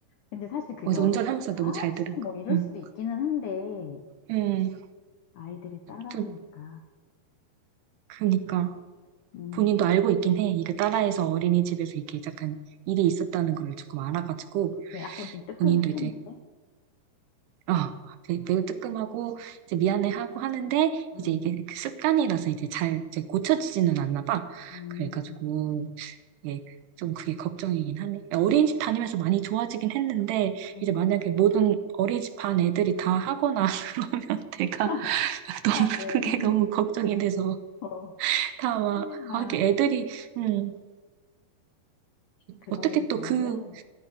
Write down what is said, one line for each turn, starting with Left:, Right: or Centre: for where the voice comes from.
Left: 근데 사실 그게
Right: 그래서
Left: 어른들한테는
Right: 운전하면서 너무
Left: 아이씨
Right: 잘 들은 거.
Left: 뭐 이럴
Right: 음.
Left: 수도 있기는 한데
Right: 음,
Left: 아이들이 따라하니까
Right: 또, 그니까.
Left: 음,
Right: 본인도 알고 있긴 해. 이게 딸아이에서
Left: 음.
Right: 어린이집에서 이게 약간 일이 있었다는 걸 조금 알아가지고,
Left: 그러면 약간 좀 뜨끔했겠는데?
Right: 본인도 이제, 아, 되게 매우 뜨끔하고, 이제
Left: 음,
Right: 미안해하고 하는데,
Left: 음,
Right: 이제 이게 그 습관이라서 이제 잘 이제 고쳐지지는 않나 봐.
Left: 음,
Right: 그래가지고, 예, 좀 그게 걱정이긴 하네. 어린이집
Left: 음,
Right: 다니면서 많이 좋아지긴 했는데,
Left: 음.
Right: 이제 만약에 모든 어린이집 반 애들이 다 하거나, <laughs> 내가
Left: <laughs>
Right: <laughs> 너무
Left: 아, 네.
Right: 그게 너무 걱정이 돼서.
Left: 어,
Right: 다 막,
Left: 큰일 나.
Right: 하기 애들이, 음,
Left: 그런
Right: 어떻게 또
Left: 경우는
Right: 그,